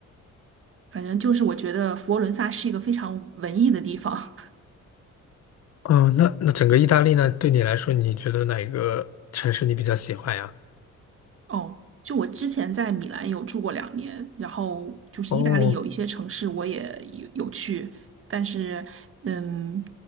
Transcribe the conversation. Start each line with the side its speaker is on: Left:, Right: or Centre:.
Right: 反正就是我觉得佛罗伦萨是一个非常文艺的地方。
Left: 嗯，那那整个意大利呢，对你来说，你觉得哪一个城市你比较喜欢呀？
Right: <laughs> 哦，就我之前在米兰有住过两年，然后就是意大利有一些城市我也有有去，
Left: 哦，
Right: 但是嗯，